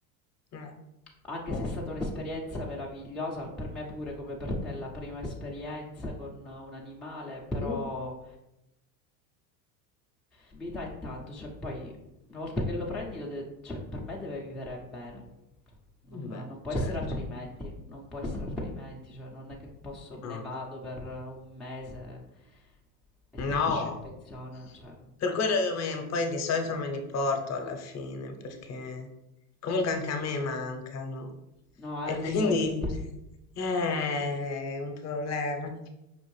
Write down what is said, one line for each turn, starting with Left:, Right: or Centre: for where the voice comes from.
Left: Eh,
Centre: Anche
Left: boh.
Centre: se è stata un'esperienza meravigliosa, per me pure come per te la prima esperienza con un animale, però
Left: Mm,
Centre: Vita è tanto, cioè poi una volta che lo prendi, lo deve- cioè, per me deve vivere bene. Cioè, Non,
Left: Beh,
Centre: non può
Left: certo.
Centre: essere altrimenti, non può essere altrimenti, cioè non è che posso, me
Left: No.
Centre: ne vado per eh, un mese e
Left: No,
Centre: ti lascio in pensione, cioè,
Left: per quello io me, poi di solito me li porto alla fine, perché
Centre: mm.
Left: comunque anche a me mancano.
Centre: No,
Left: E
Centre: eh, lo
Left: quindi
Centre: so, infatti.
Left: <laughs> è un problema. <laughs>